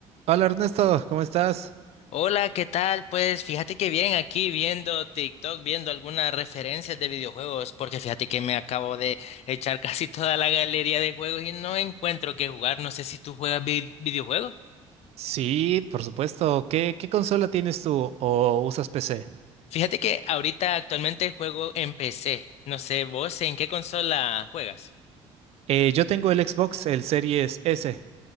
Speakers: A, on the right (about 60°); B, on the left (about 65°).
A: Hola Ernesto, ¿cómo estás?
B: Hola, ¿qué tal? Pues fíjate que bien aquí viendo TikTok, viendo algunas referencias de videojuegos, porque fíjate que me acabo de echar <laughs> casi toda la galería de juegos y no encuentro qué jugar. No sé si tú juegas vi- videojuegos.
A: Sí, por supuesto. ¿Qué, qué consola tienes tú o usas PC?
B: Fíjate que ahorita actualmente juego en PC. No sé, vos en qué consola juegas.
A: Eh, yo tengo el Xbox, el Series S.